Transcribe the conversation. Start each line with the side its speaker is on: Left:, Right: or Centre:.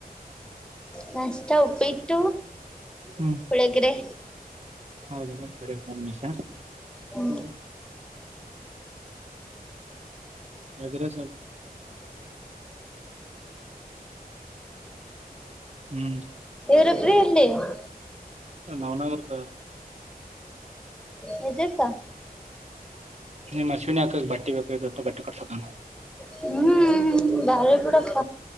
Centre: ಮಷ್ಟ ಉಪ್ಪಿತ್ತುು.
Right: ಹ್ಮ್
Centre: ಪುಳೇಕರೆ.
Right: ಹೌದಲ್ಲ ಸರಿ ಒಂದ್ ನಿಮಿಷ
Centre: ಹ
Right: ಮಾಡಿ ಎಗ್ರೆಸ್ ಹ್ಮ್
Centre: ಎವರು ಪ್ರ್ರ ಇಲ್ಲಿ. <unintelligible>
Right: ನವನಗರದ
Centre: ಹೆಜಕ್ಕಾ
Right: ನಿಮ್ಮಶನ್ ಹಕ ಬಟ್ಟೆ ಬೇಕ ಬಟ್ಟೆ ಕೊಡ್ಸೋಣ
Centre: ಹ್ಮ್ ಬಾರಿ ಬಿಡಪ್ಪ